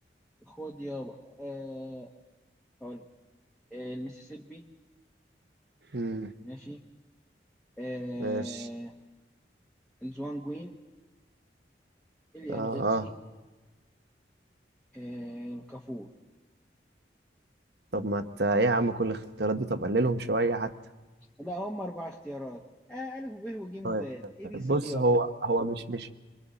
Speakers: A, in the centre; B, on the right.
A: خد يا أه... هقول لك آه، المسيسيبي
B: امم
A: ماشي أه...
B: ماشي
A: الزوانجوين اليانغتسي
B: اه اه
A: أه... الكافور
B: طب ما ت... ايه يا عم كل الاختيارات دي طب قللهم شويه حتى
A: لا هم اربع اختيارات آه ألف وب وج ودال
B: طيب،
A: اي بي
B: بص
A: سي دي يابا
B: هو هو مش مش